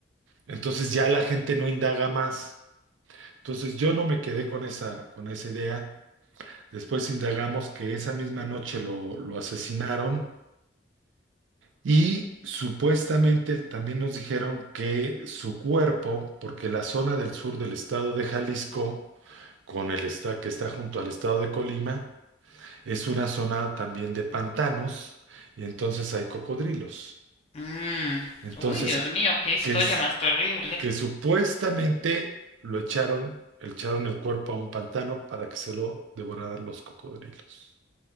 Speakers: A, on the right; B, on the left.
A: Entonces ya la gente no indaga más. Entonces yo no me quedé con esa, con esa idea. Después indagamos que esa misma noche lo, lo asesinaron y supuestamente también nos dijeron que su cuerpo, porque la zona del sur del estado de Jalisco, con el esta- que está junto al estado de Colima, Es una zona también de pantanos y entonces hay cocodrilos.
B: mm.
A: Entonces,
B: Uy, Dios mío, qué historia
A: que es
B: más terrible.
A: que supuestamente lo echaron, le echaron el cuerpo a un pantano para que se lo devoraran los cocodrilos.